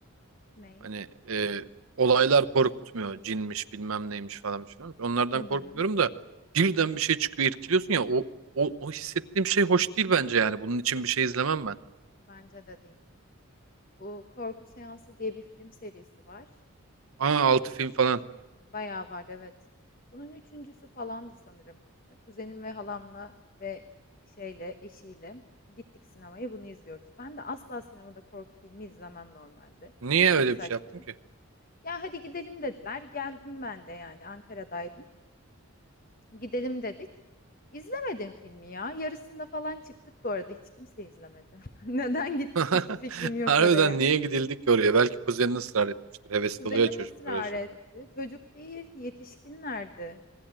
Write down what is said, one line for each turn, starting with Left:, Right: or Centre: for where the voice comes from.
Left: Ney?
Right: Hani e, olaylar korkutmuyor. Cinmiş bilmem neymiş falan bir şey varmış. Onlardan
Left: Hı hı.
Right: korkmuyorum da birden bir şey çıkıyor irkiliyorsun ya o, o, o hissettiğim şey hoş değil bence yani. Bunun için bir şey izlemem ben.
Left: Bence de değil. Bu Korku Seansı diye bir film serisi var.
Right: Aa
Left: Ee,
Right: altı film falan.
Left: bayağı var evet. Bunun üçüncüsü falandı sanırım. Ee, Kuzenim ve halamla ve şeyle eşiyle gittik sinemaya bunu izliyoruz. Ben de asla sinemada korku filmi izlemem normalde.
Right: Niye
Left: Çünkü çok
Right: öyle
Left: saçma.
Right: bir şey yaptın ki?
Left: Ya hadi gidelim dediler. Geldim ben de yani Ankara'daydım. Gidelim dedik. İzlemedim filmi ya. Yarısında falan çıktık bu arada. Hiç kimse izlemedi. <laughs> Neden gittik
Right: <laughs>
Left: hiçbir fikrim yok
Right: Harbiden
Left: oraya.
Right: niye gidildik ki oraya? Belki kuzenin ısrar etmiştir. Hevesli
Left: Kuzenim
Right: oluyor çocuklar
Left: ısrar
Right: öyle şeylere.
Left: etti. Çocuk değil, yetişkinlerdi.